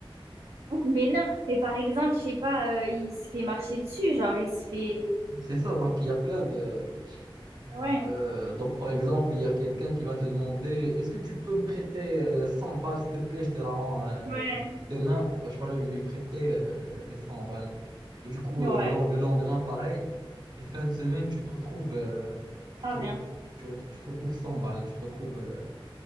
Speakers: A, on the right; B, on the right.
A: Mais non, mais par exemple, je sais pas, euh, il se fait marcher dessus, genre il se fait.
B: <laughs> C'est ça, donc il y a plein de...
A: Ouais,
B: Euh, donc, par exemple, il y a quelqu'un qui va te demander, est-ce que tu peux me prêter euh, 100 balles, s'il te plaît, je te la rends euh,
A: ouais,
B: demain. Je vais lui lui prêter euh, les 100 balles. Et du coup,
A: ouais,
B: euh, le, len- le lendemain, pareil, et fin de semaine, tu te retrouves, euh, tu
A: ah,
B: te,
A: rien.
B: re- tu, re- tu te retrouves 100 balles. Tu te retrouves, euh,